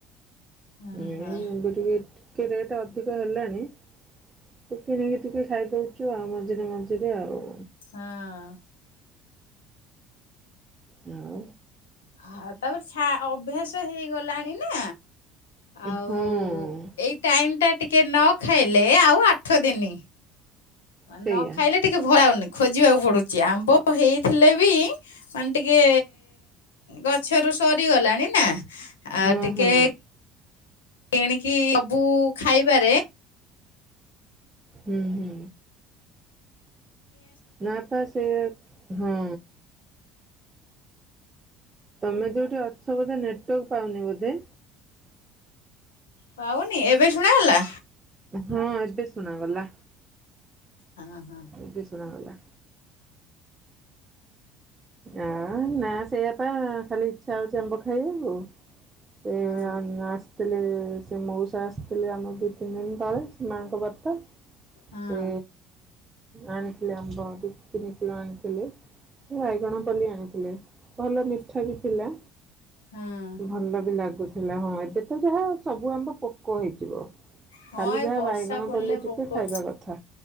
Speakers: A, on the left (about 80°); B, on the right (about 25°).
A: ହଁ
B: ଏ
A: ହଁ
B: ଏବେ ଟିକେ ଟିକେ ରେଟ ଅଧିକ ହେଲାଣି। ଟ କିଣିକି ଟିକେ ଖାଇଦଉଚୁ ଆଉ ମଝିରେ ମଝିରେ ଆଉ
A: ହଁ।
B: ହଁ।
A: ହଁ ତାପରେ ଅଭ୍ୟାସ ହେଇଗଲାଣି ନା। ଆଉ
B: ହଁ
A: ଏଇ ଟାଇମ ଟା ଟିକେ ନ ଖାଇଲେ ଏ ଆଉ ଆଠ ଦିନି।
B: ସେଇଆ
A: ନ ଖାଇଲେ ଟିକେ ଭଲ ଲାଗୁନି। ଖୋଜିବାକୁ ପଡୁଛି ଆମ୍ବ ହେଇଥିଲେ ବି ମାନେ ଟିକେ ଗଛରୁ ସରିଗଲାଣି ନା ଆଉ
B: ହଁ
A: ଟିକେ
B: ହଁ
A: କିଣିକି ସବୁ ଖାଇବାରେ
B: ହୁଁ ହୁଁ। ନା ପା ସେ ହଁ। ତମେ ଯୋଉଠି ଅଛ ବୋଧେ ନେୱର୍କ ପାଉନି ବୋଧେ।
A: ପାଉନି, ଏବେ ଶୁଣା ଗଲା?
B: ହଁ। ଏବେ ଶୁଣାଗଲା,
A: ହଁ ହଁ
B: ଏବେ ଶୁଣାଗଲା। ଆ ନା ସେଇଆ ପା ଖାଲି ଇଚ୍ଛା ହଉଛି ଆମ୍ବ ଖାଇବାକୁ ସେ
A: ହଁ
B: ଆ ଆସ ଥିଲ ଲେ, ସେ ମଉସା ଆସିଥିଲେ ଆମର ଦି ତିନି ଦିନ ତଳେ, ସେ ମାଆଙ୍କ ବାପା।
A: ହଁ।
B: ସେ ଆଣିଥିଲେ ଆମ୍ବ, ଦୁଇ ତିନି କିଲୋ ଆଣିଥିଲେ ବାଇଗଣପଲେଇ ଆଣିଥିଲେ, ଭଲ ମିଠା ବି ଥିଲା
A: ହଁ
B: ଭଲ ବି ଲାଗୁଥିଲା। ହଁ, ଏବେ ତ ଯାହା ସବୁ ଆମ୍ବ ପୋକ ହେଇଯିବ।
A: ହଁ
B: ଖାଲି
A: ଏଇ
B: ଯାହା
A: ବର୍ଷା
B: ବାଇଗଣ
A: ପଡ଼ିଲେ
B: ପୋଲି ଟିକେ
A: ପୋକ,
B: ଖାଇବା କଥା।